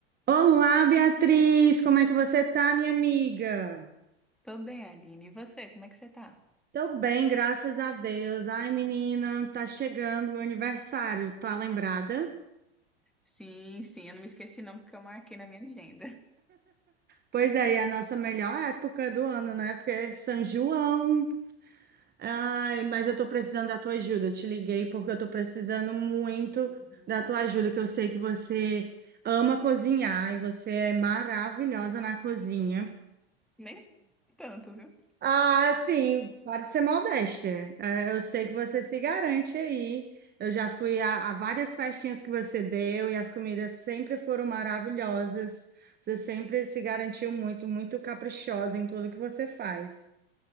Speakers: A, on the right; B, in the centre.
A: Olá, Beatriz, como é que você tá, minha amiga?
B: Tô bem, Aline. E você, como é que você tá?
A: Tô bem, graças a Deus. Ai, menina, tá chegando meu aniversário, tá lembrada?
B: Sim, sim, eu não me esqueci não, porque eu marquei na minha agenda.
A: Pois é, e é a nossa melhor época do ano, né? Porque é São João. Ai, mas eu tô precisando da tua ajuda. Eu te liguei porque eu tô precisando muito
B: Uhum.
A: da tua ajuda, que eu sei que você ama cozinhar e você é maravilhosa na cozinha.
B: Nem tanto, viu?
A: Ah, sim, pode ser modesta. É, Eu sei que você se garante aí. Eu já fui a, a várias festinhas que você deu e as comidas sempre foram maravilhosas. Você sempre se garantiu muito, muito caprichosa em tudo que você faz.